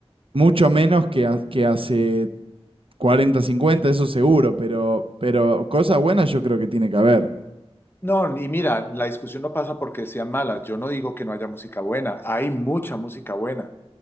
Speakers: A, on the right; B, on the left.
A: mucho menos que, ha- que hace 40 50 eso seguro, pero, pero cosas buenas yo creo que tiene que haber.
B: No, y mira, la discusión no pasa porque sean malas. Yo no digo que no haya música buena. Hay mucha música buena.